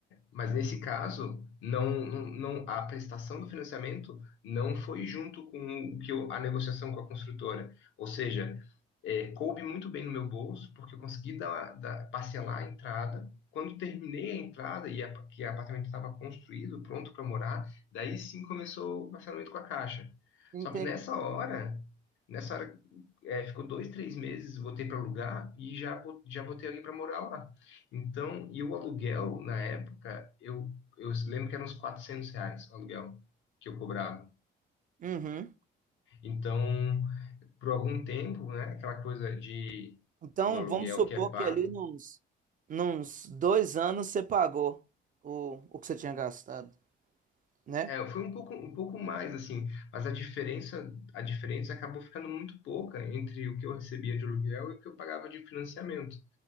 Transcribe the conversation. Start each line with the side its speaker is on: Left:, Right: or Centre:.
Left: Mas nesse caso, não, não, não- a prestação do financiamento não foi junto com o que eu- a negociação com a construtora. Ou seja, é, coube muito bem no meu bolso, porque eu consegui dar, dar- parcelar a entrada. Quando terminei a entrada e a, que o apartamento estava construído, pronto para morar, daí sim começou o parcelamento com a Caixa.
Right: entendi.
Left: Só que nessa hora, nessa hora, é, ficou dois, três meses, botei para alugar e já, bo- já botei alguém para morar lá. Então, e o aluguel, na época, eu, eu lembro que eram uns 400 reais o aluguel que eu cobrava.
Right: Uhum.
Left: Então, por algum tempo, né, aquela coisa de
Right: Então,
Left: o aluguel
Right: vamos supor
Left: que é pago,
Right: que ali nos, nos dois anos você pagou o, o que você tinha gastado, né?
Left: é, foi um pouco, um pouco mais, assim, mas a diferença, a diferença acabou ficando muito pouca entre o que eu recebia de aluguel e o que eu pagava de financiamento.